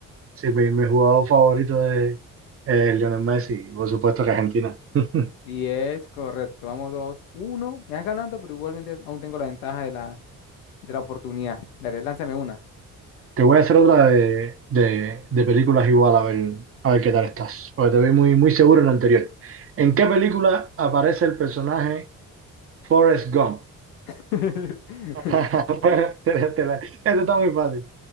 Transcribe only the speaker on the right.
Sí, mi, mi jugador favorito de eh, Lionel Messi. Por supuesto que Argentina. <laughs>
Te voy a hacer otra de, de- de películas igual, a ver, a ver qué tal estás. Porque te vi muy, muy seguro en la anterior. ¿En qué película aparece el personaje Forrest Gump.
<laughs> Bueno, te la- te la- Esto está muy fácil.